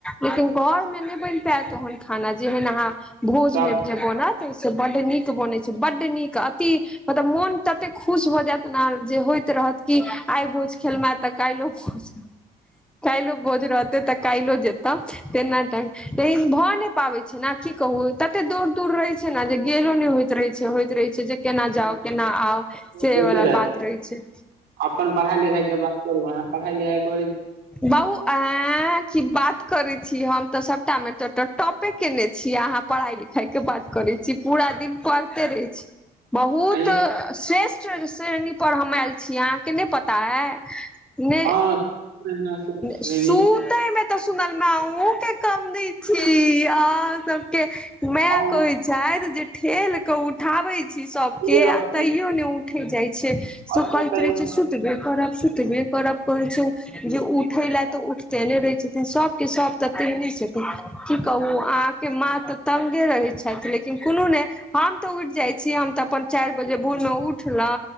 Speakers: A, in the centre; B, on the right.
A: लेकिन घरमे नहि बनि पाएत ओहन खाना ना जेहन अहाँ भोज
B: सब
A: मे जे बनत से बड्ड नीक बनै छै बड्ड नीक अति मतलब मोन तते खुश भऽ जायत ने जे होयत रहत कि आइ भोज खेलहुँ हैं तऽ काइलो भोज काइलो भोज रहतै तऽ काइलो जेतौं तेना तऽ लेकिन भए नहि पाबै छै ने की कहू तते दूर दूर रहे छै न जे गेलो नहि होइत रहै छै होइत रहै छै जे केना जाउ केना आउ से
B: होइत
A: वला
B: रह
A: बात रहैत छै
B: अपन पढ़ाइ लिखाइ के बात करू अहाँ पढ़ाइ लिखाइ करै
A: बउआ <unintelligible> की बात करै छी हम तऽ सभटा मे तऽ टॉपे केने छी आहाँ पढ़ाई लिखाइ केँ बात करै से पूरा दिन पढ़ते रहैत छै बहुत
B: आंय यै
A: श्रेष्ठ पर हम आयल छी अहाँ केँ नहि पता है नहि
B: हँ महिना से श्रेणी
A: सुत मे तऽ सुन ना केँ कमि छी अहाँ सब केँ माय
B: हम
A: कहैत छथि जे ठेल क उठाबै छी सबकेँ
B: बुझे रहल
A: आ
B: छी
A: तैयो नहि उठै जाइत छैक
B: कहिना
A: सु कहैत
B: कहिना
A: रहैत छै सुतबे करब सुतबे करब कहै छै जे उठै ला तऽ उ केने रहै छै सबकेँ सब तऽ तेहने छथिन की कहु अहाँके माँ त तंगे रहैछै लेकिन कुनु नहि हम तऽ उठ जाइत छी हम तऽ अपन चाइर बजे भोर मे उठलौ